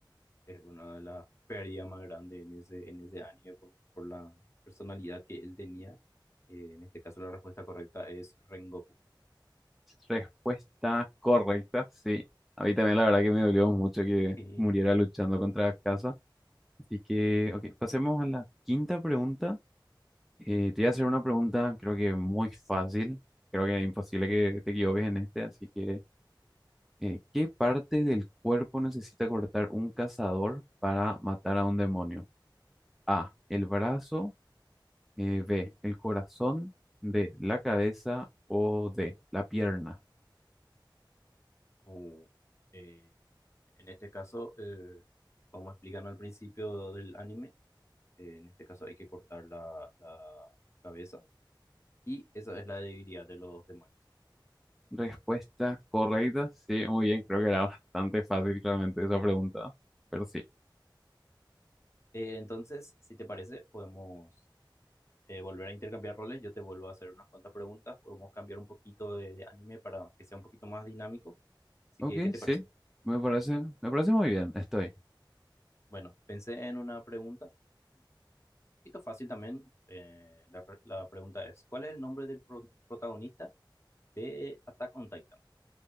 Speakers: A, on the left; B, in the centre.
A: es una de las pérdidas más grandes en ese, en ese anime por, por la personalidad que él tenía. Eh, en este caso la respuesta correcta es Rengoku.
B: Respuesta correcta, sí. A mí también la verdad que me dolió mucho que
A: Y,
B: muriera luchando contra Casa. Así que, ok, pasemos a la quinta pregunta. Eh, te voy a hacer una pregunta, creo que muy fácil. Creo que es imposible que te equivoques en este. Así que, eh, ¿qué parte del cuerpo necesita cortar un cazador para matar a un demonio? A, el brazo. eh, B, el corazón. D, la cabeza. O D, la pierna.
A: uh, eh, en este caso, eh, como explican al principio del anime, eh, en este caso hay que cortar la, la cabeza y esa es la debilidad de los demonios.
B: Respuesta correcta. Sí, muy bien. Creo que era bastante fácil realmente esa pregunta. Pero sí.
A: Eh, entonces, si te parece, podemos eh, volver a intercambiar roles. Yo te vuelvo a hacer unas cuantas preguntas. Podemos cambiar un poquito de de anime para que sea un poquito más dinámico Así
B: Ok,
A: que, ¿qué te
B: sí.
A: parece?
B: Me parece, me parece muy bien. Estoy.
A: Bueno, pensé en una pregunta, un poquito fácil también. Eh, la, re- la pregunta es, ¿cuál es el nombre del pro- protagonista de Attack on Titan?